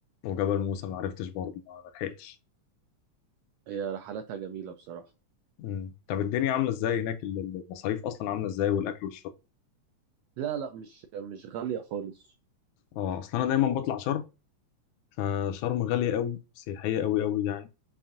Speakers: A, on the left; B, on the right.
A: وجبل موسى ما عرفتش برضه ما ما لحقتش
B: هي رحلاتها جميلة بصراحة
A: مم. طب الدنيا عامله ازاي هناك ال- ال- المصاريف اصلا عامله ازاي والاكل والشرب
B: لا لا مش مش غالية خالص
A: اه اصل انا دايما بطلع شرم فشرم غاليه قوي سياحيه قوي قوي يعني